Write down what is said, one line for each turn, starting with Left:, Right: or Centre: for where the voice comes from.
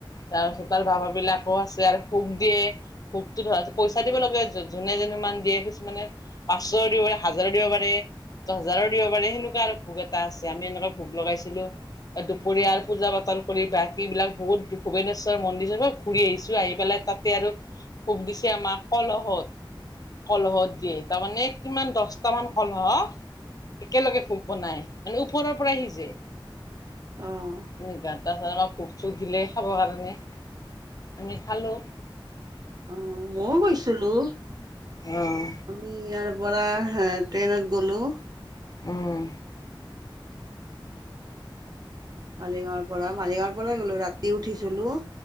Left: তাৰপিছত আৰু বাবাবিলাকো আছে আৰু খোজ দিয়ে। <unintelligible> ধৰা পইচা দিব লাগে যোনে যিমান দিয়ে কিছুমানে- পাঁচশ দিব পাৰে, হাজাৰো দিব পাৰে। দহ হাজাৰৰ দিব পাৰি সেনেকুৱা আৰু ভোক এটা আছে আমি এনেকুৱা ভোক লগাইছিলো। দুপৰীয়াৰ পূজা-পাতল- কৰি বিলাক বহুত ভূবনেশ্বৰ মন্দিৰ <unintelligible> ঘূৰি আহিছো, আহি পেলাই তাতে আৰু- পোক দিছে আমাক কলহত। কলহত দিয়ে তাৰ মানে কিমান দহটা মান কলহ একেলগে ভোগ বনায়, মানে ওপৰৰ পৰাই সিজে।
Right: অঁ।
Left: এনেকুৱা, তাৰ পাছত কুপ-চুপ দিলে খাবৰ কাৰণে আমি খালোঁ।
Right: অ' মইও গৈছিলোঁ।
Left: উম
Right: আমি ইয়াৰ পৰা ট্ৰেইনত গ'লোঁ।
Left: উমঁ।
Right: মালিগাঁৱৰ পৰা, মালিগাঁৱৰ পৰাই গ'লোঁ ৰাতি উঠিছিলোঁ,